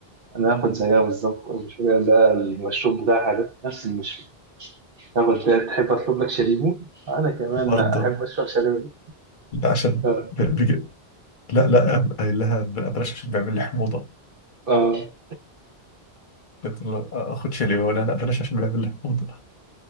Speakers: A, on the right (about 55°); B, on the left (about 55°).
A: انا هاخد زيها بالظبط المشاريع اللي المشروب بتاعها ده نفس المشروب هاخد ده تحب اطلب لك شاليمو انا كمان
B: برضه
A: احب اشرب شاليمو
B: لا عشان
A: اه
B: ب- بيجي لا لا قايل لها بلاش عشان بيعمل لي حموضة
A: اه
B: قلت له خد شاليه ولا لا بلاش عشان بيعمل لي حموضة